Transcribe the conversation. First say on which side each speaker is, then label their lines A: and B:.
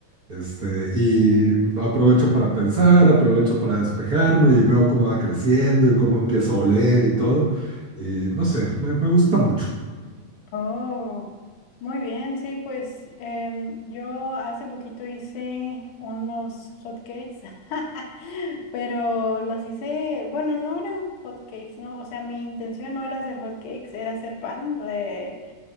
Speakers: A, on the right; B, on the left.
A: este, y aprovecho para pensar, aprovecho para despejarme y veo cómo va creciendo y cómo empieza a oler y todo. Y no sé, me, me gusta mucho.
B: Oh, muy bien. Sí, pues em, yo hace poquito hice unos hot cakes, <laughs> pero los hice, bueno, no eran hot cakes, ¿no? O sea, mi intención no era hacer hot cakes, era hacer pan eh,